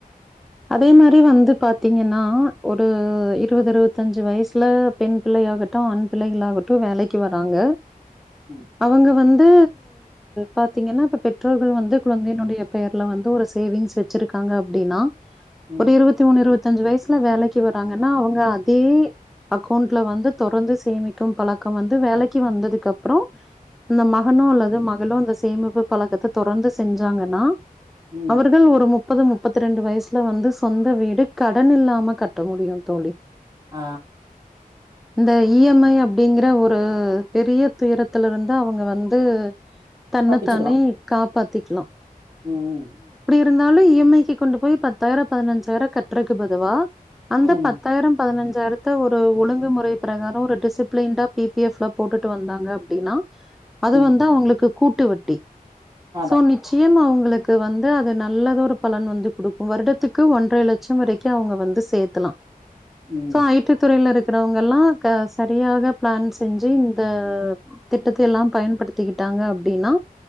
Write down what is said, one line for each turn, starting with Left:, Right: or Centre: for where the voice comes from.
Centre: அதே மாரி வந்து பாத்தீங்கனா ஒரு இருவது இருவத்தஞ்சு வயசுல பெண் பிள்ளைையாகட்டூ ஆண் பிள்ளைகளாகட்டூ வேலைக்கு வராங்க
Right: ம்
Centre: அவங்க வந் து பாத்தீங்கனா இப்ப பெற்றோர்கள் வந்து வந்து என்னுடைய பெயர்ல வந்து ஒரு சேவிங்ஸ் வச்சிருக்காங்க அப்டினா
Right: ம்
Centre: ஒரு இருவத்தி மூணு இருவத் தஞ்சு வயசுல வேலைக்கு வறாங்கனா அவுங்க அதே அக்கௌண்ட்ல வந்து தொடர்ந்து சேமிக்கும் பழக்கம் வந்து வேலைக்கு வந்ததுக்கப்றோ இந்த மகனோ அல்லது மகளோ இந்த சேமிப்பு பழக்கத்த தொடர்ந்து செஞ்சாங்கன்னா
Right: ம்
Centre: அவர்கள் ஒரு முப் பது முப்பத்தி ரெண்டு வயசுல வந்து சொந்த வீடு கடன் இல்லாம கட்ட முடியூ தோழி
Right: ஆ
Centre: இந்த இ எம் ஐ அப்டிங்கிற ஒரு பெரிய துயரத்துலருந்து அவுங்க வந்து தன்னத்தானே
Right: தப்பிச்சுக்கலா
Centre: காப்பாத் க்லா
Right: ம்
Centre: இருந்தாலூ இ எம் ஐ கொண்டு போய் பத்தாயிரோ பதனஞ்சாயிரோ கட்டுறக்கு பதுவா அந்த
Right: ம் ம்
Centre: பத்தாயிரோ பதனஞ் சாயிரத்த ஒரு ஒழுங்குமுறை ப்ரகாரோ ஒரு டிசிப்ளன்டா பி பி எஃப் ல போட்டுட்டு வந்தாங்க அப்டின்னா அது வந்து
Right: ம்
Centre: அவங்களுக்குப் கூட்டுவட்டி
Right: அதா
Centre: சோ நிச்சயமா உங்களுக் கு வந்து அது நல்லத ஒரு பலன் வந்து குடுக்கூ வருடத்துக்கு ஒன்றை லட்சே வரைக்கூ அவங்க வந்து சேக்கலா
Right: ம்
Centre: சோ ஐ டி துறையில இருக்க இருவங்கல்லா சரியாக பிளான் செஞ்சு இந்த திட்டத்தை எல்லாம் பயன்படுத்திக்கிட்டாங்க அப்படின்னா